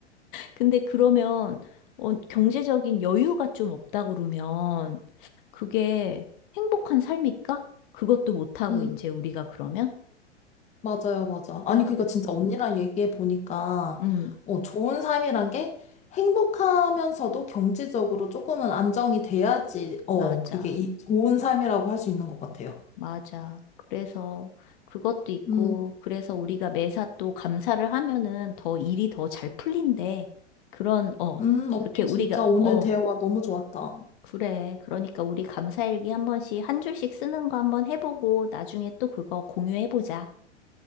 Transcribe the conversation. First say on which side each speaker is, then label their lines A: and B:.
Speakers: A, on the left; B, on the left.
A: 근데 그러면, 어, 경제적인 여유가 좀 없다 그러면, 그게 행복한 삶일까? 그것도 못하고,
B: 음,
A: 이제 우리가 그러면?
B: 맞아요, 맞아.
A: 그래서,
B: 아니, 그니까 진짜 언니랑 얘기해 보니까,
A: 음,
B: 어, 좋은 삶이란 게 행복하면서도 경제적으로 조금은 안정이 돼야지, 어,
A: 맞아.
B: 그게 이 좋은 삶이라고 할 수 있는 것 같아요.
A: 맞아. 그래서 그것도 있고,
B: 음,
A: 그래서 우리가 매사 또 감사를 하면은 더 일이 더 잘 풀린대. 그런, 어,
B: 음, 언니
A: 이렇게 우리가,
B: 진짜 오늘
A: 어,
B: 대화 너무 좋았다.
A: 그래. 그러니까 우리 감사일기 한 번씩, 한 줄씩 쓰는 거 한번 해보고, 나중에 또 그거 공유해보자.